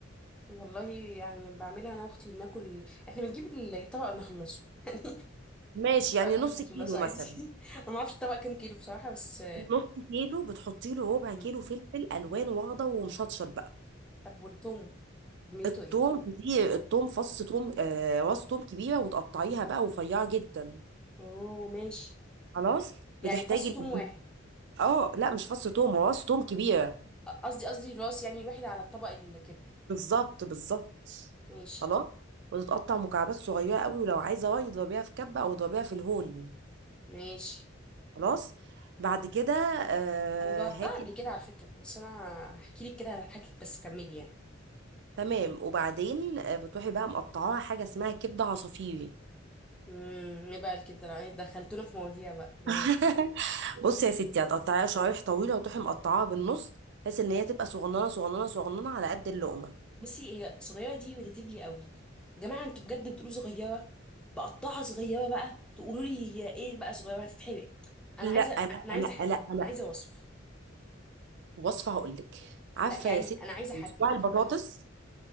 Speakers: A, in the centre; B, on the right.
A: والله يعني بعملها انا واختي وبناكل احنا بنجيب الطبق ونخلصه <laughs> يعني
B: ماشي يعني
A: أنا بحب
B: نص
A: الخلاصة
B: كيلو
A: عادي
B: مثلا
A: <laughs> انا ما اعرفش الطبق كام كيلو بصراحه بس
B: نص كيلو بتحطي له ربع
A: مم.
B: كيلو فلفل الوان واخضر ومشطشط بقى
A: طب والثوم كميته
B: التوم
A: ايه
B: دي التوم فص توم آه راس توم كبيره وتقطعيها بقى رفيعه جدا
A: اوه ماشي
B: خلاص
A: يعني
B: بتحتاجي
A: فص ثوم واحد
B: اه لا مش فص توم راس توم كبيره
A: أ- قصدي قصدي راس يعني الواحد على الطبق الكبده
B: بالظبط بالظبط
A: ماشي
B: خلاص وتتقطع مكعبات صغيره قوي ولو عايزه راي اضربيها في كبه او اضربيها في الهون
A: ماشي
B: خلاص بعد كده آه
A: انا جاوبتها
B: هاتي
A: قبل كده على فكره بس انا هحكي لك كده هضحكك بس كملي يعني
B: تمام وبعدين آه، بتروحي بقى مقطعاها حاجه اسمها كبده عصافيري
A: امم ايه بقى الكبده يعني دخلتونا في مواضيع بقى ها
B: <laughs> بصي يا ستي هتقطعيها شرايح طويله وتروحي مقطعاها بالنص بحيث ان هي تبقى صغننه صغننه صغننه على قد اللقمه
A: بصي هي صغيره دي ريليتيفلي قوي يا جماعه انتوا بجد بتقولوا صغيره بقطعها صغيره بقى تقولوا لي هي ايه بقى صغيره هتتحرق انا
B: لا
A: عايزه
B: انا
A: انا
B: انا
A: عايزه حجم
B: انا انا
A: انا عايزه وصف
B: وصفه هقول لك عارفه
A: لا يعني
B: يا ستي
A: انا عايزه حجم
B: صباع البطاطس
A: فاهمه اللي هو